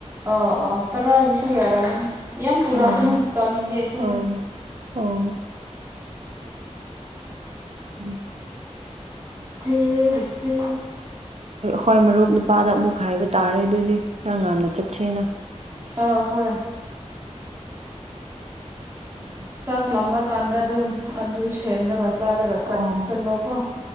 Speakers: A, on the right; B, on the right.
A: ꯑ ꯑꯣ ꯇꯔꯥꯒꯤꯁꯨ ꯌꯥꯔꯅꯤ ꯌꯥꯝ ꯄꯨꯔꯛꯀꯅꯨ
B: ꯎꯝ
A: ꯆꯥꯅꯤꯡꯗꯦ ꯑꯩꯈꯣꯏꯁꯨ
B: ꯑꯥ ꯑꯣ ꯎꯝ
A: ꯊ ꯊ
B: ꯍꯣꯏ ꯃꯔꯨꯞ ꯅꯨꯄꯥꯗ ꯑꯃꯨꯛ ꯍꯥꯏꯕ ꯇꯥꯔꯦ ꯑꯗꯨꯗꯤ ꯑ ꯉꯥꯡꯅ ꯆꯠ ꯆꯩꯅ
A: ꯑꯥ ꯍꯣꯏ
B: ꯎꯝ
A: ꯆꯥꯛ ꯂꯃꯀꯥꯟꯗ ꯑꯗꯨꯝ ꯑꯗꯨ ꯁꯦꯝꯂꯒ ꯆꯥꯔꯒ ꯆꯥꯛꯁꯤꯜꯂꯣꯀꯣ
B: ꯑꯣ